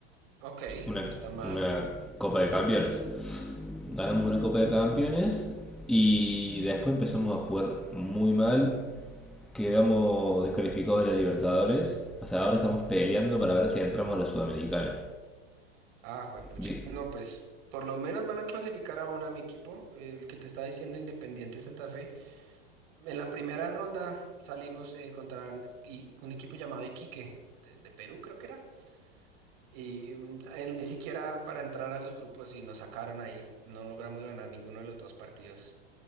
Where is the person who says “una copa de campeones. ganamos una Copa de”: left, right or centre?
Centre